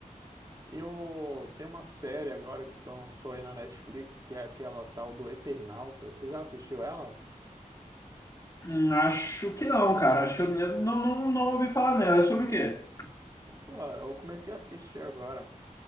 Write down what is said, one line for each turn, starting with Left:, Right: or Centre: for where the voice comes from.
Right: Eu tem uma série agora que lançou aí na Netflix, que é aquela tal do Eternauta. Você já assistiu ela?
Left: Hum, Acho que não, cara. Acho que eu eu não, não, não ouvi falar nela. É sobre o quê?
Right: Pô, eu comecei a assistir agora.